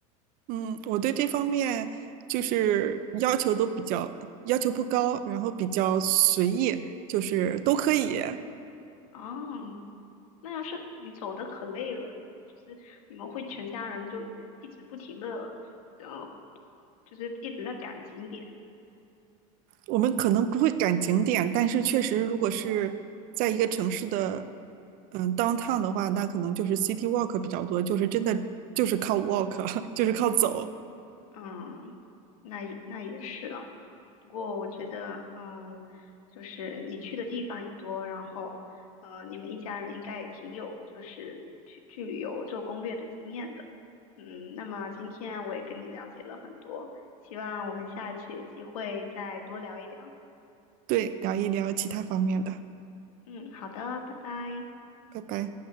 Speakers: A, on the right; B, on the left.
A: 嗯，我对这方面就是要求都比较要求不高，然后比较随意，就是都可以，
B: 哦，那要是你走的可累了，就是你们会全家人就一直不停的，呃，就是一直在赶景点，
A: 我们可能不会赶景点，但是确实，如果是在一个城市的，嗯，downtown 的话，那可能就是 city walk 比较多，就是真的就是靠 walk，<laughs> 就是靠走。
B: 嗯，那也那也是啊。不过我觉得，嗯，就是你去的地方也多，然后，呃，你们一家人应该也挺有就是去去旅游做攻略的经验的，嗯，那么今天我也跟你了解了很多，希望我们下一次有机会再多聊一聊。
A: 对，聊一聊其他方面的，
B: 嗯，好的，拜拜。
A: 拜拜。